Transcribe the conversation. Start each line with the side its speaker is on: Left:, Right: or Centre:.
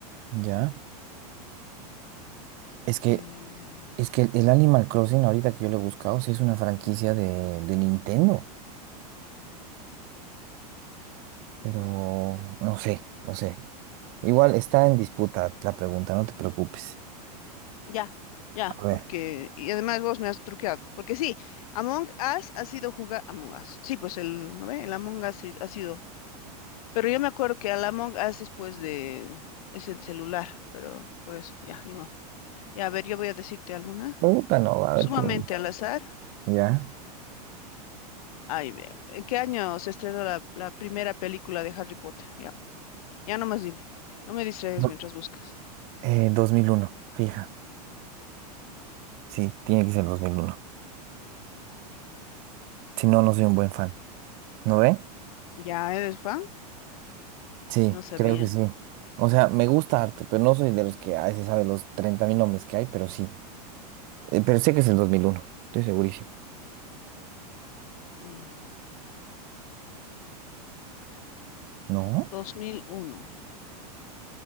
Right: ya. Es que,
Left: eh,
Right: es que el Animal Crossing, ahorita que yo lo he buscado, sí es una franquicia de, de Nintendo. pero no sé, no sé. Igual está en disputa la pregunta, no te preocupes.
Left: Ya, ya,
Right: A ver,
Left: porque, y además vos me has truqueado, porque sí, Among Us ha sido jugar, Among Us, sí, pues el, ¿no ve? El Among Us sí ha sido, pero yo me acuerdo que al Among Us es pues de, es en celular, pero por eso, ya, ni modo. Ya, a ver, yo voy a decirte alguna,
Right: pregunta no, a
Left: sumamente
Right: ver qué me dices.
Left: al azar,
Right: ¿Ya?
Left: ay, ve- ¿en qué año se estrenó la, la primera película de Harry Potter? Ya, ya nomás dime, no me distraigas
Right: Do-
Left: mientras buscas.
Right: eh, dos mil uno fija. Sí, tiene que ser dos mil uno Si no, no soy un buen fan. ¿No ve?
Left: ¿Ya eres fan?
Right: Sí,
Left: No sabía.
Right: creo que sí. O sea, me gusta harto, pero no soy de los que, ay, se sabe los treinta mil nombres que hay, pero sí. Eh, pero sé que es el dos mil uno estoy segurísimo.
Left: Mm,
Right: ¿No?
Left: 2001.